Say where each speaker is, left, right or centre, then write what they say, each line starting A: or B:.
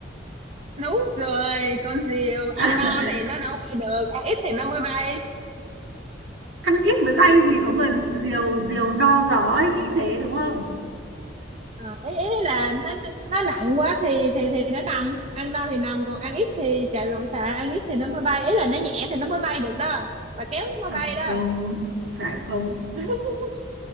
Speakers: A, on the right; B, on the right.
A: đúng rồi con diều ăn
B: <laughs>
A: no thì nó đâu bay được ăn ít thì nó mới bay
B: ăn ít mới bay gì có mà diều diều no gió ấy, ý thế đúng không
A: à, ý, ý là nó nó nặng quá thì thì thì nó nằm ăn no thì nằm còn ăn ít thì chạy loạn xạ ăn ít thì nó mới bay ý là nó nhẹ thì nó mới bay được đó bà kéo nó
B: phải
A: mới bay đó
B: không phải không
A: <laughs>